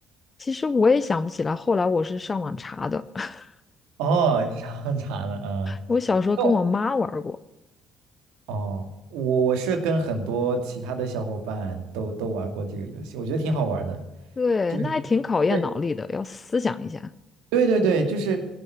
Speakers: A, on the left; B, on the right.
A: 其实我也想不起来，后来我是上网查的。<laughs>
B: 哦，你上茶的啊？嗯
A: 我小时候跟我妈玩儿过，
B: 那我哦，我我是跟很多其他的小伙伴都都玩过这个游戏，我觉得挺好玩的。
A: 对，
B: 就是
A: 那还挺考验脑力的，
B: 对
A: 要思想一下。
B: 对对对，就是